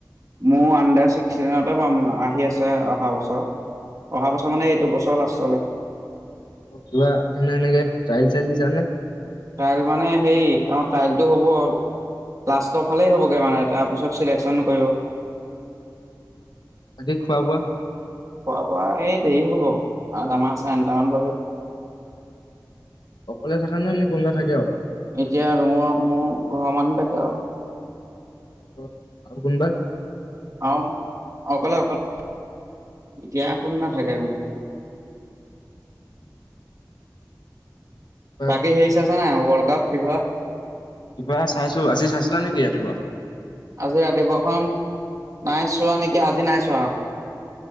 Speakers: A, on the right; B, on the left.
A: মোৰ আণ্ডাৰ ছিক্সটিনতে পাম আহি আছে অহা বছৰ অহা বছৰ মানে
B: অ,
A: এইটো বছৰ লাষ্টলৈ
B: কিবা মানে এনেক চ্ৰাইল চাইল দিছে নে
A: ট্ৰাইল মানে হেই অ ট্ৰাইলটো হ'ব'ল লাষ্টৰ ফালেই হ'বগে মানে তাৰপিছত চিলেকচন কৰিব
B: তাকি খোৱা বোৱা
A: খোৱা বোৱা এই দেৰি হ'ব আমাৰ চাৰে আনটামান বজাত
B: অকলে থাকা নে নে কোনোবা থাকে আৰু
A: এতিয়া ৰুমত মোৰ ঘৰ মানুহ থাকে আৰু
B: অ' আৰু গুনবা
A: আহ অকলে অকলেতিয়া কোন না থাকে আৰু ম
B: বা
A: বাকী সেইচ আছে নাই ৱৰ্ল্ড কাপ শভা
B: কিবা চাইছো আজি চাইছিলা নেকি ৰাতিপুৱা?
A: আজি ৰাতিপুৱাখন নাই চোৱা নেকি আজি নাই চোৱা